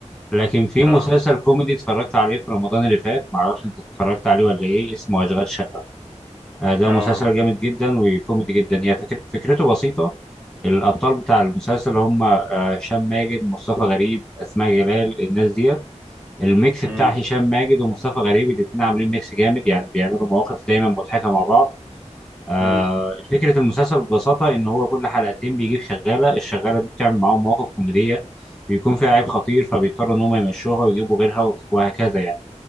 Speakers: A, in the centre; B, on the right.
A: لكن في
B: اه
A: مسلسل كوميدي اتفرجت عليه في رمضان اللي فات معرفش انت اتفرجت عليه ولا ايه اسمه اشغال شقه آه، ده
B: اه
A: مسلسل جامد جدا وكوميدي جدا هي فكر... فكرته بسيطة الأبطال بتاع المسلسل هم آه، هشام ماجد مصطفى غريب أسماء جلال الناس ديت الميكس
B: امم
A: بتاع هشام ماجد ومصطفى غريب الاتنين عاملين ميكس جامد يعني بيعملوا مواقف دايما مضحكة مع بعض آه،
B: امم
A: فكرة المسلسل ببساطة إن هو كل حلقتين بيجيب شغالة الشغالة دي بتعمل معاهم مواقف كوميدية بيكون فيها عيب خطير فبيضطروا إن هم يمشوها ويجيبوا غيرها وهكذا يعني